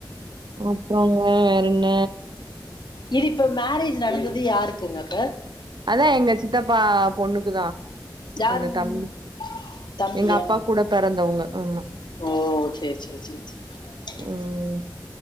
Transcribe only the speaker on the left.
இது இப்ப மேரேஜ் நடந்தது யாருக்குங்கப்ப
யாரு
தம்பியா
ஓ சே சே சே சே <unintelligible>